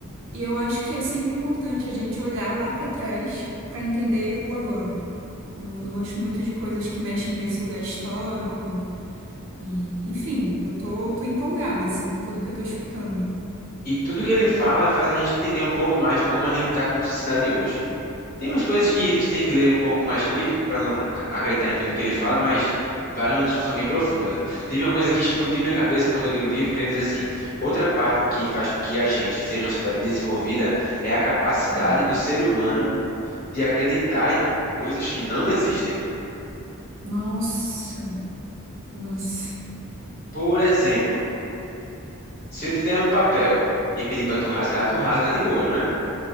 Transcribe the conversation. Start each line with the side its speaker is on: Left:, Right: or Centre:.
Right: e eu acho que é sempre importante a gente olhar lá pra trás pra entender o agora. Eu, eu gosto muito de coisas que mexem nesse lugar histórico e, enfim, eu tô, tô empolgada assim com tudo que eu tô escutando.
Left: E tudo que ele fala faz a gente entender um pouco mais como a gente tá como sociedade hoje. Tem umas coisas que você tem que ler um pouco mais crítico para não ac- acreditar em tudo que ele fala, mas vale uma discussão bem profunda. Teve uma coisa que explodiu minha cabeça quando eu li no livro, que ele diz assim: outra parte que faz com que a gente seja uma sociedade desenvolvida é a capacidade
Right: Hum.
Left: do ser humano de acreditar em coisas que não existem.
Right: Nossa, nossa.
Left: Por exemplo, se eu te der um papel e pedir para tu rasgar, tu rasga de boa, não é?